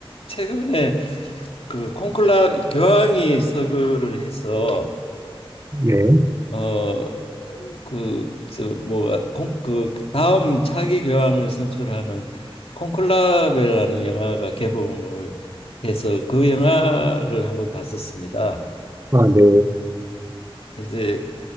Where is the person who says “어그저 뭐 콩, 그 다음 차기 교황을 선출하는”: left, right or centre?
Left